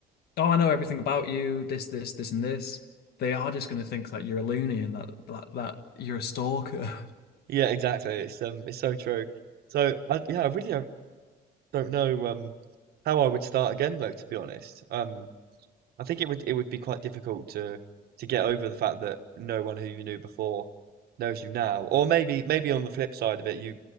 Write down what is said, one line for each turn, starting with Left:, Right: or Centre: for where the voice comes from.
Left: "Oh, I know everything about you, this, this, this, and this," they are just going to think that you're a loony and that that that you're a stalker. <laughs>
Right: Yeah, exactly. It's um, it's so true. So I, yeah, I really don't, don't know um how I would start again though, to be honest. Um, I think it would it would be quite difficult to to get over the fact that no one who you knew before knows you now. Or maybe maybe on the flip side of it, you